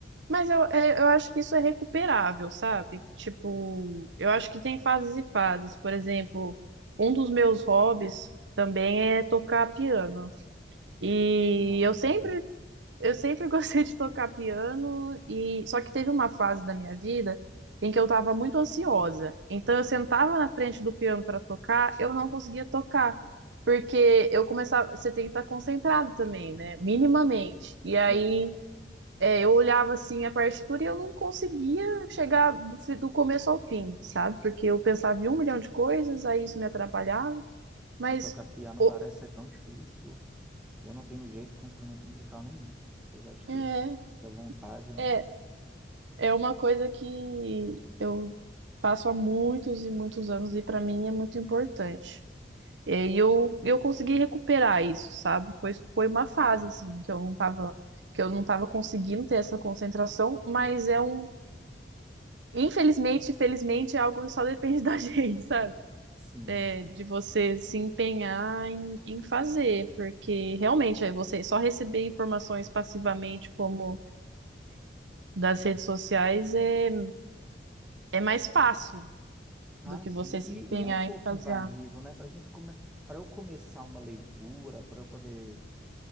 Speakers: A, on the right (about 85°); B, in the centre.
A: Mas eu, é, eu acho que isso é recuperável, sabe? Tipo, eu acho que tem fases e fases. Por exemplo, um dos meus hobbies também é tocar piano. E
B: não, que
A: eu sempre
B: inveja.
A: Eu sempre <laughs> gostei de tocar piano e só que teve uma fase da minha vida em que eu estava muito ansiosa. Então eu sentava na frente do piano para tocar, eu não conseguia tocar, porque eu começava, você tem que estar concentrado também, né? Minimamente. E
B: Sim,
A: aí é, eu olhava assim a partitura e eu não conseguia chegar do, fi- do começo ao fim, sabe? Porque eu pensava em um milhão de coisas, aí isso me atrapalhava. Mas
B: na tocar piano
A: o-
B: parece ser tão difícil. Eu não tenho jeito com instrumento musical nenhum, apesar de ter
A: é,
B: essa vontade, eu
A: é,
B: nunca.
A: É uma coisa que eu faço há muitos e muitos anos e para mim é muito importante. E eu, eu consegui recuperar isso, sabe? Foi, foi uma fase assim que eu não tava, que eu não tava conseguindo ter essa concentração, mas é um, infelizmente, felizmente é algo que só depende <laughs> da gente, sabe?
B: Sim.
A: É, de você se empenhar em, em fazer, porque realmente aí você só receber informações passivamente como das redes sociais é é mais fácil.
B: Ah,
A: do que
B: sim.
A: você se
B: E,
A: empenhar
B: e é um pouco
A: em fazer
B: invasivo,
A: algo.
B: né? Para gente come... para eu começar uma leitura, para eu poder